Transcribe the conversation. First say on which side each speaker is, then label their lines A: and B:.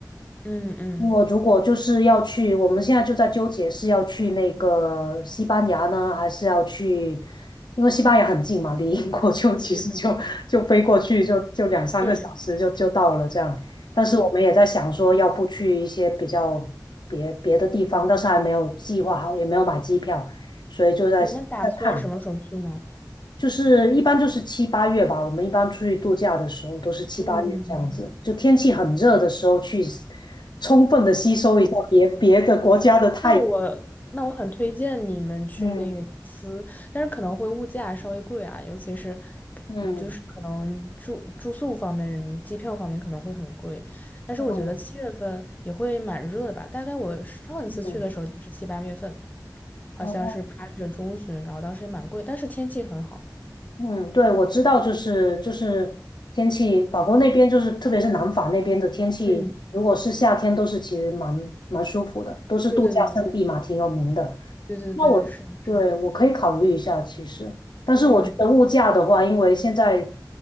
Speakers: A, on the left; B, on the left.
A: 嗯嗯
B: 我如果就是要去，我们现在就在纠结是要去那个西班牙呢，还是要去，因为西班牙很近嘛，离英国就 <laughs> 其实就就飞过去就就两三个小时就就到了这样。
A: 嗯嗯嗯
B: 但是我们也在想说，
A: 嗯，
B: 要不去一些比较别别的地方，但是还没有计划好，也没有买机票，所以就在在看。
A: 你们打算什么时候去呢？
B: 就是一般就是七八月吧，我们一般出去度假的时候都是七八月这样子，
A: 嗯。
B: 就天气很热的时候去充分的吸收一下别别的国家的太阳。
A: 那我那我很推荐你们去那个尼斯，
B: 嗯
A: 但是可能会物价稍微贵啊，尤其是不嗯，
B: 嗯
A: 就是可能住住宿方面、机票方面可能会很贵。但是我觉得七月份也会蛮热的吧，
B: 嗯
A: 大概我上一次去的时候就是七八月份，
B: 嗯，
A: 好像是八月中旬，
B: 哦。
A: 然后当时也蛮贵，但是天气很好。
B: 嗯，对，我知道，就是就是天气，法国那边就是特别是南法那边的天气，
A: 嗯，
B: 如果是夏天，都是其实蛮蛮舒服的，都是度假胜地嘛，
A: 对对对
B: 挺有名的。
A: 对对对对，
B: 那我对我可以考虑一下，
A: 是的，是的，
B: 其实，但是我觉得物价的话，
A: 嗯，
B: 因为现在